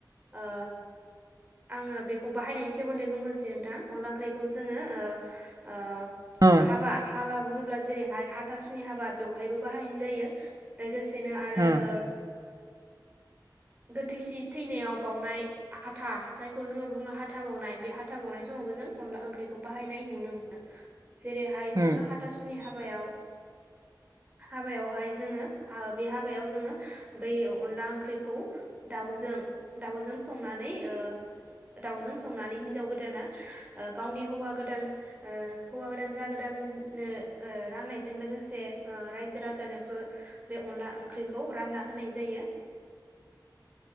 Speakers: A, on the right (about 20°); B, on the right (about 50°).
A: ओ आङो बेखौ बाहायनायनि सोमोन्दै बुंगोनोसै नोंथां अनला ओंख्रिखौ जोङो ओ ओ।
B: उम
A: हाबा हाबा बुङोब्ला जेरैहाय हाथासुनि हाबा बेवहायबो बाहायनाय जायो लोगोस दिनो आरो
B: उम
A: ओ। गोथैसि थैनायाव बावउनाय हाथा जायखौ जोङो बुङो हाथा बावनाय बे हाथा बावनाय समावबो जों अनला ओंख्रिखौ बाहायनाय नुनो मोनो। जेरैहाय जोङो
B: उम
A: हाथासुनि हाबायाव हाबायावहाय जोङो ओ बे हाबायाव जोङो बै अनला ओंख्रिखौ दाउजों दाउजों संनानै ओ दाउजों संनानै हिनजाव गोदाना ओ गावनि हौवा गोदान ओ हौवा गोदान जागोदाननो ओ राननायजों लोगोसे ओ रायजो राजानोबो बे अनला ओंख्रिखौ रानना होनाय जायो।